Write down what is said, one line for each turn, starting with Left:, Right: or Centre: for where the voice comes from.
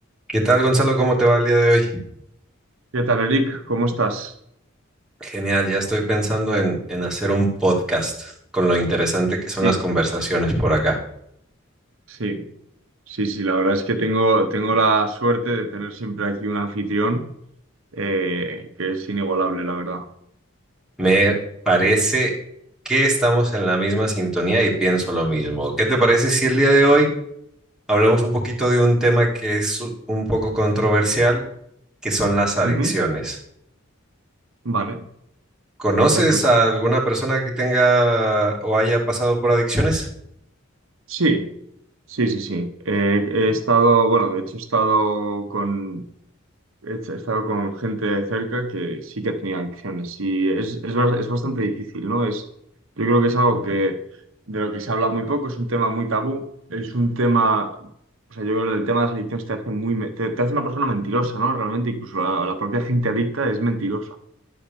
Centre: ¿Qué tal, Gonzalo? ¿Cómo te va el día de hoy?
Right: ¿Qué tal, Eric? ¿Cómo estás?
Centre: Genial, ya estoy pensando en, en hacer un podcast con lo interesante que son
Right: Sí,
Centre: las conversaciones por acá.
Right: sí, sí, sí, la verdad es que tengo, tengo la suerte de tener siempre aquí un anfitrión eh, que es inigualable, la verdad.
Centre: Me parece que estamos en la misma sintonía y pienso lo mismo. ¿Qué te parece si el día de hoy hablamos un poquito de un tema que es un poco controversial, que son las adicciones?
Right: Ujú, Vale,
Centre: ¿Conoces
Right: perfecto.
Centre: a alguna persona que tenga o haya pasado por adicciones?
Right: Sí, sí, sí, sí. Eh, he estado, bueno, de hecho he estado con, He hecho- he estado con gente de cerca que sí que tenía adicciones y es, es, bas- es bastante difícil, ¿no? Es, yo creo que es algo que de lo que se habla muy poco, es un tema muy tabú, es un tema, o sea, yo creo que el tema de las adicciones te hace muy, me- te, te hace una persona mentirosa, ¿no? Realmente, incluso la, la propia gente adicta es mentirosa.